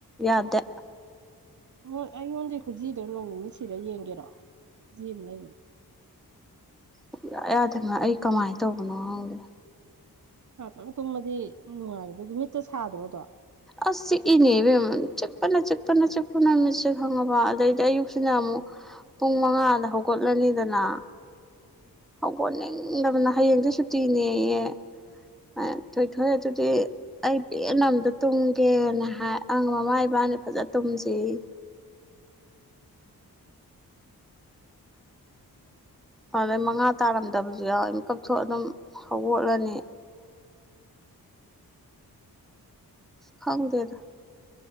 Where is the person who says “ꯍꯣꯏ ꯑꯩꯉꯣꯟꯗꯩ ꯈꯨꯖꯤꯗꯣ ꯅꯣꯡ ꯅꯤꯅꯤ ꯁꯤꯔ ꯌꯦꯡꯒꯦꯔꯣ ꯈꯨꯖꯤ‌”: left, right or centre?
Right